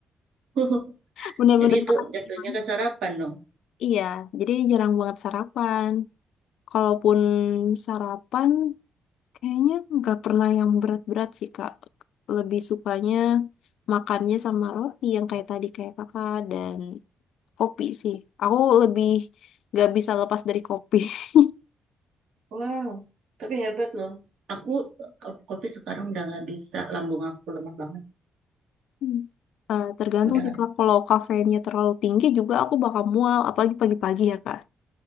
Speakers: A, on the right; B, on the left.
A: <laughs>
B: <laughs> Bener-bener
A: Jadi itu
B: makan
A: jatuhnya
B: siang.
A: ke sarapan dong.
B: Iya, jadi jarang banget sarapan. Kalaupun sarapan Kayaknya nggak pernah yang berat-berat sih, Kak. Lebih sukanya makannya sama roti yang kayak tadi kayak kakak dan kopi sih. Aku lebih nggak bisa lepas dari kopi. <laughs>
A: Wow, tapi hebat loh. Aku eh, kopi sekarang udah nggak bisa, lambung aku lemah banget.
B: Hmm. Eh, tergantung
A: Udah
B: sih
A: nggak
B: Kak. kalau kafeinnya terlalu tinggi juga aku bakal mual, apalagi pagi-pagi ya Kak.